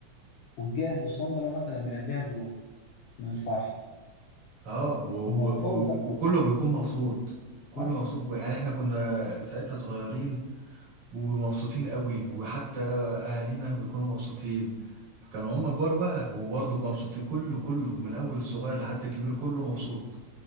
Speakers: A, on the left (about 75°); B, on the right (about 70°).
A: وتجهز الشنطه بقى مثلا من قبلها بيوم من الفرحه
B: اه و-
A: كنا
B: و-
A: اطفال
B: و-
A: بقى
B: وكله بيكون مبسوط كله
A: ما
B: مبسوط يعني احنا كنا ساعتها صغيرين ومبسوطين قوي وحتى اهالينا بيكونوا مبسوطين كانوا هم كبار بقى وبرضه مبسوطين كله كله من اول الصغير لحد الكبير كله مبسوط